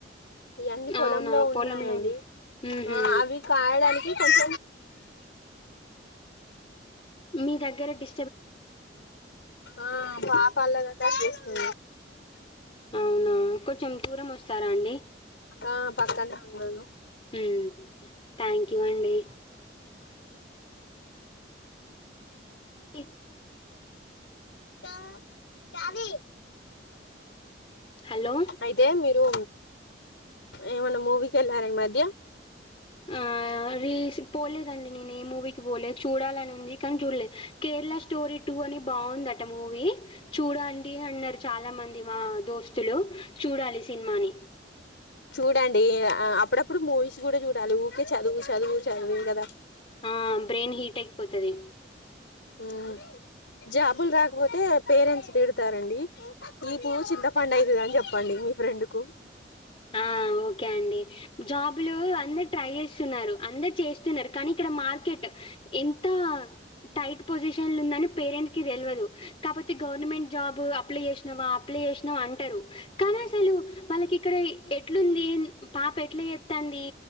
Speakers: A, on the left; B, on the left.
A: ఇవన్నీ పొలంలో
B: అవునా!
A: ఉన్నాయండి
B: పొలంలో ఉన్న హుహు.
A: ఆ అవి కాయడానికి కఫ
B: మీ దగ్గర డి
A: ఆ బా పాల చేస్తు
B: అవునా కొంచెం దూరం వస్తారా అండి
A: ఆ పక్కనే ఉన్నా
B: హ్మ్. థ్యాంక్ యూ అండి. ఏ
A: త దబి
B: హలో!
A: అయితే మీరు ఏమన్నా మూవీకిెళ్ళారా ఈ మధ్య
B: ఆ రస్ పోలేదండి నేను ఈ మూ పోలేదు చూడాలనింది కానీ చూడలేదు కేరళ స్టోరీ టూ అని బాగుందట మూవీ చూడంండి అన్నారు చాలా మంది అ మా దోస్తులు చూడాలి సినిమాని
A: చూడండి అప్పుడప్పుడు మూవీస్ కూడా చూడాలి ఊరికే చదువు చదువు చదువే కదా
B: ఆ బ్రెయిన్ హీట్ అయిపోతుది
A: ఆ జాబులు రాకపోతే పేరెంట్స్ డతారండి మీపు చింతపండు అయితుద అని చెప్పండి మీ ఫ్రెండ్ కు
B: ఆ ఓకే అండి జాబ్ులు అందరు ట్రై చేసి అందరు చేస్తున్నారు కానీ ఇక్కడ మార్కెట్ ఎంత టైట్ పొజిషన్ ఉందని పేరెంట్స్ కి తెలియదు కాబతే గవర్నమెంట్ జాబ్ అప్లై చేసినవా అప్లై చేసినావా అంటారు కానీ అసలు వాళ్ళకి ఇక్కడ ఎట్లుంది పాప ఎట్లా ఎత్తంది